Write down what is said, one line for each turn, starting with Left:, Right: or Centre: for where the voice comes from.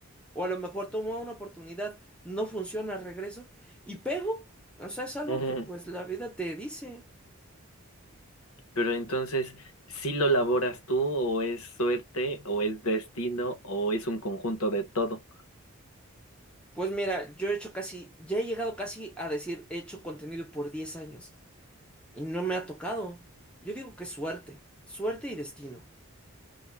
Centre: O a lo mejor tomo una oportunidad, no funciona, regreso y pego. O sea, es algo
Left: <laughs>
Centre: que pues la vida te dice.
Left: Pero entonces, ¿sí lo laboras tú o es suerte o es destino o es un conjunto de todo?
Centre: Pues mira, yo he hecho casi, ya he llegado casi a decir, he hecho contenido por 10 años. Y no me ha tocado. Yo digo que suerte, suerte y destino.